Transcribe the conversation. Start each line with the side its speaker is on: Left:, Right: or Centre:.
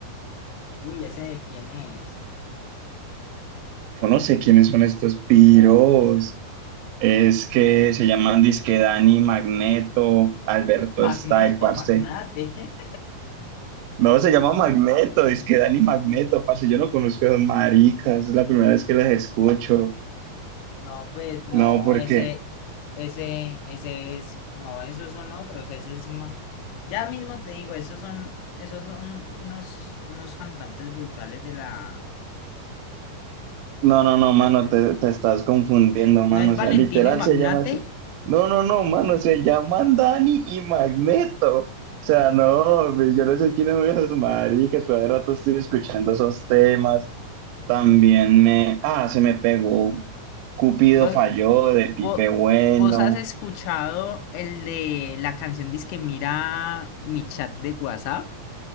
Left: Uy, ese de quién es.
Right: Yo no sé quiénes son estos piros. Es que se llaman disque Dani Magneto, Alberto
Left: Magneto,
Right: Style, parce.
Left: magnate.
Right: No, se llama Magneto, disque
Left: <laughs>
Right: Dani Magneto, parce. Yo no conozco a esos maricas, es la primera vez que las escucho.
Left: No, pues no,
Right: No, porque.
Left: ese, ese, ese es, no, esos son otros, ese es ma- ya mismo te digo, esos son, esos son unos, unos cantantes brutales de la,
Right: No, no, no,
Left: de
Right: mano,
Left: la vieja
Right: te,
Left: es-
Right: te estás confundiendo, mano.
Left: ¿No es
Right: O
Left: Valentino
Right: sea, literal
Left: y Magnate?
Right: se llama así. No, no, no, mano, se llaman Dani y Magneto. O sea, no, pues yo no sé quiénes son esos maricas, pero de rato estoy escuchando esos temas También me, ah, se me pegó Cupido
Left: ¿Vos,
Right: falló de Pipe
Left: vos,
Right: Bueno.
Left: vos has escuchado el de la canción Disque mira mi chat de WhatsApp?